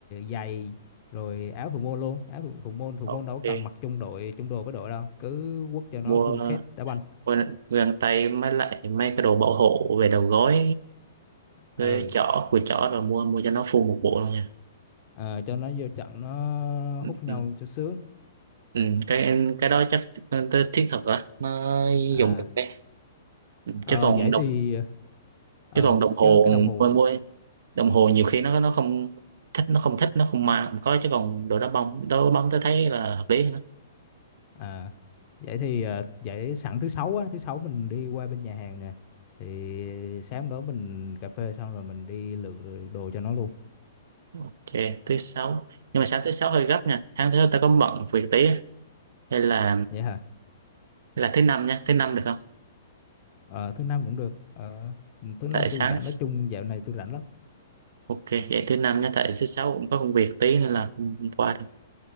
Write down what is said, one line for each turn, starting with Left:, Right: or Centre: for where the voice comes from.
Left: giày rồi áo thủ môn luôn áo thủ, thủ môn thủ
Right: ok
Left: môn đâu có cần mặc chung đội chung đồ với đội đâu cứ quất cho nó
Right: mua
Left: full set đá banh
Right: quên găng tay mới lại mấy cái đồ bảo hộ về đầu gối cái
Left: ừ
Right: chỏ của chỏ rồi mua mua cho nó full một bộ luôn nha
Left: ờ, cho nó vô trận nó
Right: ừ,
Left: hút nhau
Right: ừ.
Left: cho sướng
Right: Ừ, cái cái đó chắc tới thiết thực á nó
Left: à
Right: dùng được đấy
Left: ờ,
Right: chứ còn
Left: vậy
Right: đồng
Left: thì ừ
Right: chứ còn đồng hồ
Left: chứ cái đồng hồ
Right: mua mua đồng hồ nhiều khi nó nó không thích nó không thích nó không mang không có chứ còn đồ đá bóng đồ bóng tôi thấy là hợp lý hơn á.
Left: à vậy thì ờ, vậy sẵn thứ sáu á thứ sáu mình đi qua bên nhà hàng nè thì sáng đó mình cà phê xong rồi mình đi lựa đồ cho nó luôn
Right: ok thứ sáu nhưng mà sáng thứ sáu hơi gấp nha sáng thứ sáu ta có bận việc tí á. hay là
Left: vậy hả
Right: hay là thứ năm nha thứ năm được không
Left: ờ, thứ năm cũng được ờ, thứ năm
Right: tại sáng
Left: tôi cũng rảnh nói chung dạo này tôi rảnh lắm
Right: Ok, vậy thứ năm nhé, tại thứ sáu cũng có công việc tí nên là không, không qua được.